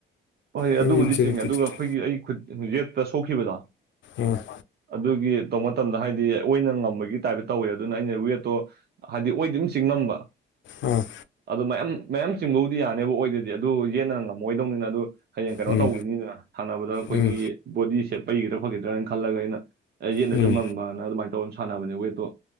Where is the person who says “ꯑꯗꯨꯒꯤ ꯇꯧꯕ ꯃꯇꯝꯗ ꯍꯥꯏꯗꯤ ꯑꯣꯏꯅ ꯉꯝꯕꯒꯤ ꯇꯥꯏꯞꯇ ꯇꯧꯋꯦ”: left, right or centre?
Right